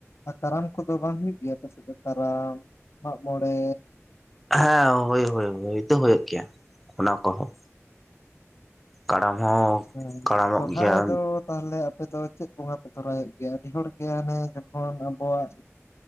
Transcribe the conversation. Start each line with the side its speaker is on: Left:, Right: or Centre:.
Left: ᱟᱨ ᱠᱟᱨᱟᱢ ᱠᱚᱫᱚ ᱵᱟᱝ ᱦᱩᱭᱩᱜ ᱜᱮᱭᱟ ᱯᱟᱥᱮᱫ ᱫᱚ ᱠᱟᱨᱟᱢ ᱢᱟᱜ ᱢᱚᱬᱮ
Centre: ᱦᱮᱸ ᱦᱳᱭ ᱦᱳᱭ ᱦᱩᱭ ᱫᱚ ᱦᱩᱭᱩᱜ ᱜᱮᱭᱟ ᱚᱱᱟ ᱠᱚᱦᱚᱸ ᱠᱟᱨᱟᱢ ᱦᱚᱸ
Left: ᱦᱮᱸ
Centre: ᱠᱟᱨᱟᱢᱚᱜ
Left: ᱥᱚᱨᱦᱟᱭ
Centre: ᱜᱮᱭᱟ
Left: ᱫᱚ ᱛᱟᱦᱚᱞᱮ ᱟᱯᱮ ᱫᱚ ᱪᱮᱫ ᱵᱚᱸᱜᱟ ᱯᱮ ᱛᱚᱨᱟᱭᱮᱫ ᱜᱮᱭᱟ ᱟᱹᱰᱤ ᱦᱚᱲᱜᱮ ᱦᱟᱱᱮ ᱡᱚᱠᱷᱚᱱ ᱟᱵᱚᱣᱟᱜ